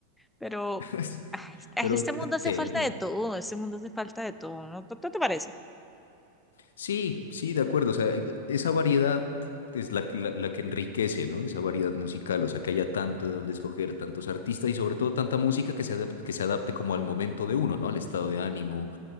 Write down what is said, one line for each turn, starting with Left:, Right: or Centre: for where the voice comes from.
Centre: Pero
Left: <laughs>
Centre: ah, en
Left: Pero
Centre: este
Left: t-
Centre: mundo
Left: tema.
Centre: hace falta de todo, en este mundo hace falta de todo, ¿no? ¿No te parece?
Left: Sí, sí, de acuerdo. O sea, esa variedad es la, la- la que enriquece, ¿no? Esa variedad musical, o sea, que haya tanto de donde escoger, tantos artistas y sobre todo tanta música que se adapte, que se adapte como al momento de uno, ¿no? Al estado de ánimo,